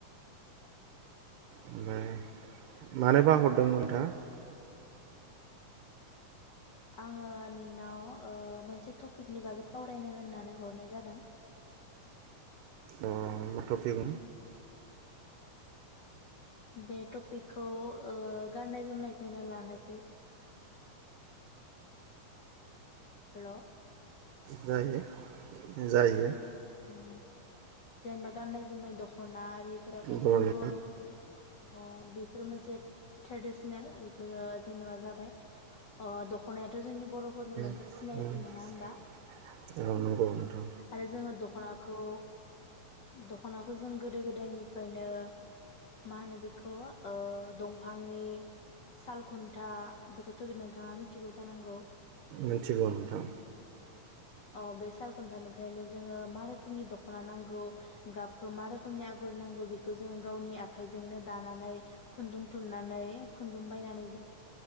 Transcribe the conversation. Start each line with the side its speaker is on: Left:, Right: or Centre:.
Right: ओमफ्राय मानोबा हरदोंमोन नोंथाङा?
Left: आङो नोंनाव ओ मोनसे टपिकनि बागै सावरायनो होननानै हरनाय जादों।
Right: उम मा टफिग?
Left: बे टपिकखौ ओ गाननाय जोमनायखौनो लानोसै। हेलौ।
Right: जायो जायो।
Left: अम। जेनेबा गाननाय जोमनाय दख'ना आरिफोराथ'
Right: बर'नि
Left: जोंनि बर' अ बेफोरो मोनसे ट्रेडिसनेल बेफोरो जेनेबा जाबाय दख'नायाथ' जोंनि बर'फोरनि मोनसे
Right: नंगौ
Left: सिनायथि नङा होमबा
Right: नंगौ।
Left: आरो जोङो द दख'नाखौ दख'नाखौ जों गोदो गोदायनिफ्रायनो, मा होनो बेखौ? दंफांनि सालखुन्था बेखौथ' बे नोंथाङा मिथिगौ जानांगौ।
Right: मिथिगौ नोंथां।
Left: अ बे साल खुन्थानिफ्रायनो जोंङो। मा रोखोमनि दखना नांगौ, गाबखौ मा रोखोमनि अगर नांगौ, बेखौ जों गावनि आखायजोंनो दानानै खुन्दुं थुननानै खुन्दुं बायनानै